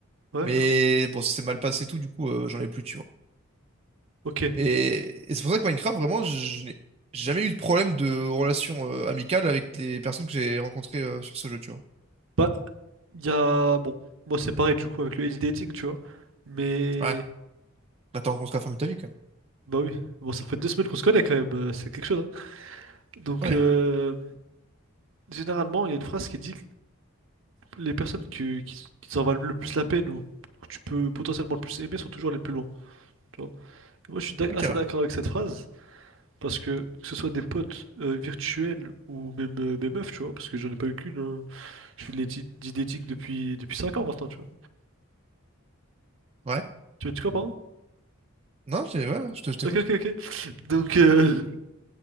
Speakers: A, on the right (about 60°); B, on the right (about 25°).
A: Ouais?
B: Mais bon, ça s'est mal passé et tout, du coup, euh, j'en ai plus, tu vois.
A: Ok.
B: Et, et c'est pour ça que Minecraft, vraiment, je, je n'ai jamais eu de problème de relation euh, amicale avec les personnes que j'ai rencontrées euh, sur ce jeu, tu vois.
A: Bah, il y a... Bon, moi c'est pareil, du coup, avec le age dating, tu vois. Mais...
B: Ouais. Bah, t'as rencontré la femme de ta vie, quand même.
A: Bah oui. Bon, ça fait deux semaines qu'on se connaît quand même, euh, c'est quelque chose, hein. Donc,
B: Ouais.
A: euh, généralement, il y a une phrase qui dit les personnes que- qui, qui s'en valent le plus la peine ou que tu peux potentiellement le plus aimer sont toujours les plus loin. tu vois. Et moi, je suis d'ac-
B: Ok,
A: assez
B: ouais.
A: d'accord avec cette phrase parce que que ce soit des potes euh, virtuels ou même euh, mes meufs, tu vois, parce que j'en ai pas eu qu'une. hein. Je fais de l'éthi- du dating depuis depuis cinq ans maintenant, tu vois.
B: Ouais.
A: Tu veux dire quoi, pardon?
B: Non, j'ai... Ouais, je te- je t'écoute.
A: Ok, ok, ok. Donc, euh,